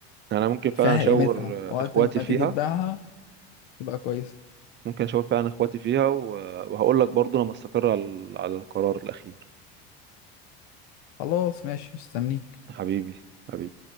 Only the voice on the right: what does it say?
انا ممكن فعلا
اشاور
آه،
اخواتي
فيها
ممكن اشاور فعلا اخواتي فيها و- وهقول لك برضو لما استقر على على القرار الاخير
حبيبي حبيبي